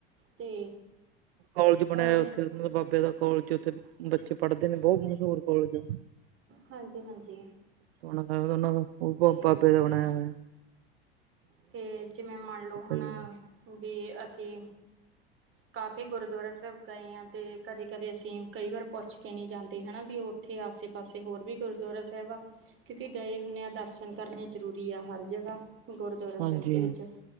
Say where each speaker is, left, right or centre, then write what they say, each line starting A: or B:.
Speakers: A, on the right; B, on the right.
A: ਤੇ
B: ਕੋਲਜ ਬਣਿਆ
A: ਹੁਣ
B: ਮਤਲਬ ਉੱਥੇ ਬਾਬੇ ਦਾ ਕੋਲਜ ਉੱਥੇ ਬੱਚੇ ਪੜ੍ਹਦੇ ਨੇ ਬੋਤ ਮਸ਼ਹੂਰ ਕੋਲਜ ਆ।
A: ਹਾਂਜੀ ਹਾਂਜੀ
B: ਸੋਣਾ ਤਾ ਉਹਨਾਂ ਦਾ
A: ਠੀਕ
B: ਬਾਬੇ ਦਾ ਬਣਾਇਆ
A: ਹੈ
B: ਹੋਇਆ ਆ।
A: ਤੇ ਜਿਵੇਂ ਮੰਨ ਲਓ ਹਨਾ
B: ਜੀ
A: ਵੀ ਅਸੀਂ ਕਾਫੀ ਗੁਰਦੁਆਰਾ ਸਾਹਿਬ ਗਏ ਆ ਅਤੇ ਕਦੇ-ਕਦੇ ਅਸੀਂ ਕਈ ਵਾਰ ਪੁੱਛ ਕੇ ਨਹੀਂ ਜਾਂਦੇ ਹੈ ਨਾ ਵੀ ਓ। ਇਥੇ ਆਸੇ ਪਾਸੇ ਹੋਰ ਵੀ ਗੁਰਦੁਆਰਾ ਸਾਹਿਬ ਆ। ਕਿਉਂਕਿ ਗਏ ਹੁੰਣੇ ਆ ਦਰਸ਼ਨ ਕਰਨੇ ਜ਼ਰੂਰੀ ਆ ਹਰ ਜਗ੍ਹਾ ਗੁਰਦੁਆਰਾ
B: ਹਾਂਜੀ
A: ਸਾਹਿਬ ਦੇ ਵਿੱਚ